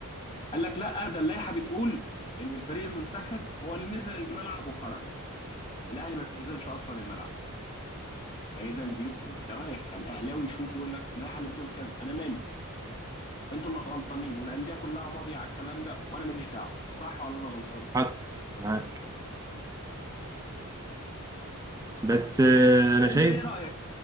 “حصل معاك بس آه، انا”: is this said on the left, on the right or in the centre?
Right